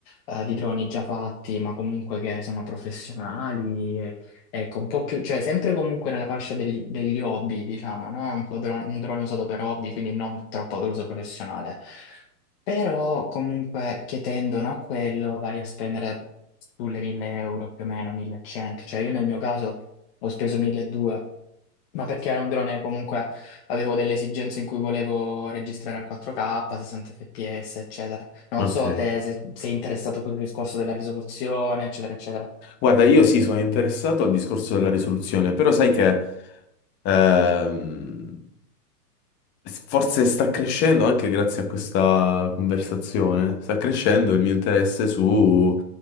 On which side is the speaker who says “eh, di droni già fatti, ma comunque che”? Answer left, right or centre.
Left